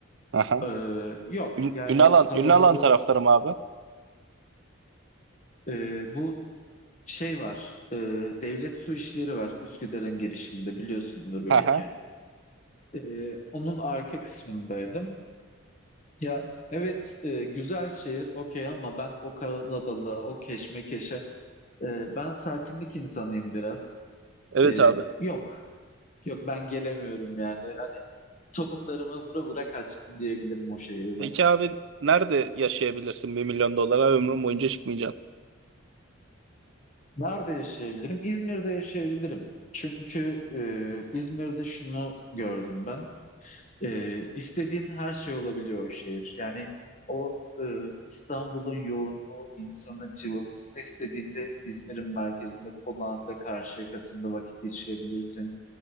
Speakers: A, on the right; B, on the left.
A: Haha.
B: E, yok
A: Ün-
B: yani
A: Ünalan
B: o kalabalık
A: Ünalan taraflarım abi.
B: e, bu şey var. e, Devlet Su İşleri var Üsküdar'ın girişinde biliyorsundur belki.
A: Haha.
B: E, onun arka kısmındaydım. Ya evet e, güzel şehir okey ama ben o kalabalığa, o keşmekeşe e, ben sakinlik insanıyım biraz.
A: Evet
B: E,
A: abi.
B: yok yok ben gelemiyorum yani. Topuklarımı vura vura kaçtım diyebilirim o şehirden.
A: Peki abi nerede yaşayabilirsin bir milyon dolara ömrün boyunca çıkmayacaksın?
B: Nerede yaşayabilirim? İzmir'de yaşayabilirim. Çünkü e, İzmir'de şunu gördüm ben. E, istediğin her şey olabiliyor o şehir. Yani o e, İstanbul'un yoğunluğu, insanın cıvıltısını istediğinde İzmir'in merkezinde, konağında, karşı Karşıyaka'sında vakit geçirebilirsin.